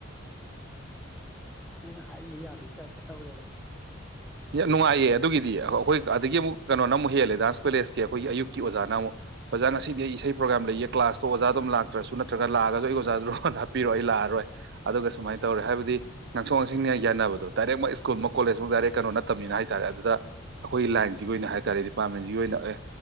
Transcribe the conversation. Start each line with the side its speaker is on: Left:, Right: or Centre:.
Centre: ꯅꯪꯅ ꯍꯥꯏꯉ ꯌꯥꯕꯒꯤ ꯇꯥꯏꯞꯇ ꯇꯧꯔꯦꯕ
Right: ꯌꯥꯝ ꯅꯨꯡꯉꯥꯏꯌꯦ ꯑꯗꯨꯒꯤꯗꯤ ꯑꯩꯈꯣꯏ ꯑꯗꯨꯒꯤ ꯑꯃꯨꯛ ꯀꯩꯅꯣꯅ ꯑꯃꯨꯛ ꯍꯦꯜꯂꯦ ꯗꯥꯟꯁ ꯀꯣꯂꯦꯖꯀꯤ ꯑꯩꯈꯣꯏꯒꯤ ꯑꯌꯨꯛꯀꯤ ꯑꯣꯖꯥꯅ ꯑꯃꯨꯛ ꯑꯣꯖꯥ ꯉꯁꯤꯗꯤ ꯑꯩ ꯏꯁꯩ ꯄ꯭ꯔꯣꯒꯥ꯭ꯔꯥꯝ ꯂꯩꯌꯦꯦ ꯀ꯭ꯂꯥꯁꯇꯣ ꯑꯣꯖꯥ ꯑꯗꯨꯝ ꯂꯥꯛꯇ꯭ꯔꯁꯨ ꯅꯠꯇ꯭ꯔꯒ ꯂꯥꯛꯑꯒꯁꯨ ꯑꯩ ꯑꯣꯖꯥꯗꯨ ꯔꯣꯟ ꯍꯥꯄꯤꯔꯣ ꯑꯩ ꯂꯥꯛꯑꯔꯣꯏ ꯑꯗꯨꯒ ꯁꯨꯃꯥꯏꯅ ꯇꯧꯔꯦ ꯍꯥꯏꯕꯗꯤ ꯉꯥꯡꯊꯣꯛ ꯉꯥꯡꯁꯤꯡꯅꯤꯅ ꯌꯥꯅꯕꯗꯣ ꯗꯥꯏꯔꯦꯛꯃꯛꯛ ꯁ꯭ꯀꯨꯜꯃ ꯀꯣꯂꯦꯖꯃꯨꯛ ꯗꯥꯏꯔꯦꯛ ꯀꯩꯅꯣ ꯅꯠꯇꯕꯅꯤꯅ ꯍꯥꯏꯇꯥꯔꯦ ꯑꯗꯨꯗ ꯑꯩꯈꯣꯏꯒꯤ ꯂꯥꯏꯟꯁꯤꯒꯤ ꯑꯣꯏꯅ ꯍꯥꯏ ꯇꯥꯔꯦ ꯗꯤꯄꯥꯔꯠꯃꯦꯟꯁꯤꯒꯤ ꯑꯣꯏꯅ ꯑꯦ